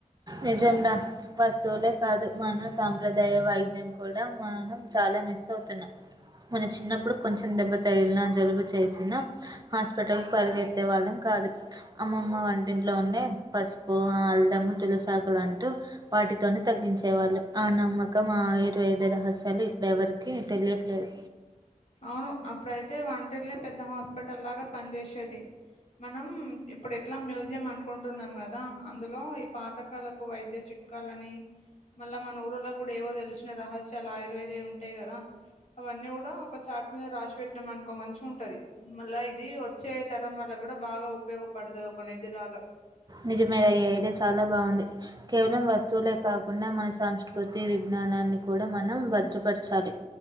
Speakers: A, on the right; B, on the left.
A: నిజంగా వస్తువులే కాదు మన సాంప్రదాయ వైద్యం కూడా మనం చాలా మిస్ అవుతున్నాం మన చిన్నప్పుడు కొంచెం దెబ్బ తగిలినా జలుబు చేసిన హాస్పిటల్ పరిగెత్తే వాళ్ళం కాదు. అమ్మమ్మ వంటింట్లో ఉండే పసుపు, ఆ అల్లము, తులసాకులు అంటూ వాటితోనే తగ్గించేవాళ్ళు ఆ నమ్మకం మా ఆయుర్వేద రహస్యాలు ఇప్పుడెవరికీ తెలియట్లేదు
B: అవ్ అప్పుడైతే వంటిల్లే పెద్ద హాస్పిటల్ లాగా పనిజేసేది మనం ఇప్పుడు ఎట్ల మ్యూజియం అనుకుంటున్నం గదా అందులో ఈ పాతకాలపు వైద్య చిట్ చిట్కాలని మళ్ళ మన ఊరోళ్ళకి గుడా ఏవో తెలిసిన రహస్యాలు ఆయుర్వేదయే ఉంటాయి గదా అవన్ని గుడా ఒక చార్ట్ మీద రాసి పెట్టినం అనుకో మంచిగుంటది. మళ్ళా ఇదీ వచ్చే తరం వాళ్ళకు గుడ బాగ ఉపయోగపడతది ఒక నిధిలాగ
A: నిజమేరా ఈ ఐడియా చాలా బాగుంది కేవలం వస్తువులే కాకుండా మన సంస్కృతి విజ్ఞానాన్ని కూడ మనం భద్రపర్చాలి